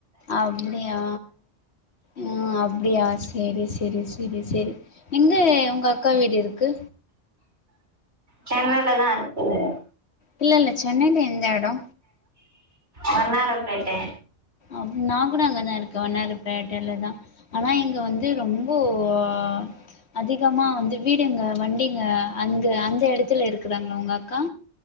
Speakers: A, on the left; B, on the right.
A: அப்டியா ம் அ பியாஸ் செரி செரி செரி செரி எங்க உங்க அக்கா வீடு இருக் கு
B: சென்னைலதா இருக்குது
A: இல்ல இல்ல சென்னைல எந்த எடோ
B: வண்ணாரபேட்ட
A: அப் நா கூட அங்கதா இருக்கே வண்ணாரப்பேட்டைல தா ஆனா இங்க வந்து ரொம்போ ஆ அதி அதிகமா வந்து வீடுங்க வண்டிங்க அங்க அந்த எடத்துல இருக்குதாங் உங்கக்கா